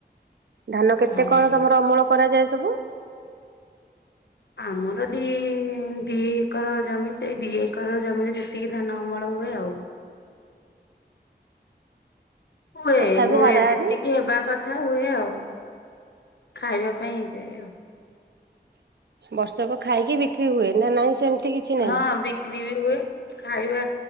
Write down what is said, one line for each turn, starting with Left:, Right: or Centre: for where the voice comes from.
Right: ଧାନ କେତେ
Left: ହଁ।
Right: କଣ ତମର ଅମଳ କରାଯାଏ ସବୁ?
Left: ଆମର ଦି ଦି ଏକର ଜମି ସେଇ ଦି ଏକର ଜମିରେ ଯେତିକି ଧାନ ଅମଳ ହୁଏ ଆଉ। ହୁଏ
Right: ତଥାପି
Left: ହୁଏ
Right: ହାରାହାରି
Left: ଯେତିକି ହେ ହେବା କଥା ହୁଏ ଆଉ ଖାଇବା ପାଇଁ ହେଇଯାଏ ଆଉ।
Right: ବର୍ଷକ ଖାଇକି ବିକ୍ରି ହୁଏ ନାଁ ନାଇଁ ସେମିତି କିଛି ନାହିଁ?
Left: ହଁ ବିକ୍ରି ବି ହୁଏ ଖାଇବା